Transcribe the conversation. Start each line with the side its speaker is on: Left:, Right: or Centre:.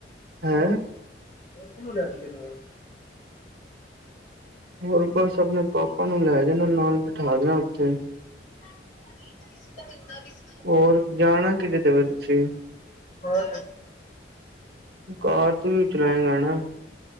Right: ਹੈਾਂ <unintelligible>
Left: ਹੋਰ ਕਿਨੂੰ ਲੈ ਜਾਈਏ ਨਾਲ
Right: ਹੋਰ ਬਸ ਆਪਣੇ ਪਾਪਾ ਨੂੰ ਲੈ ਜਾਣਾ ਨਾਲ ਬਿਠਾ ਦੇਣਾ ਉੱਥੇ
Left: ਕੋ ਕਿਨਾ ਵੀ <unintelligible>
Right: ਹੋਰ ਜਾਣਾ ਕਿੇਦੇ ਤੇ ਵੇ ਤੁਸੀਂ
Left: ਹੋਰ
Right: ਕਾਰ ਤੂੰ ਵੀ ਚਲਾਏਗਾ ਹਨਾ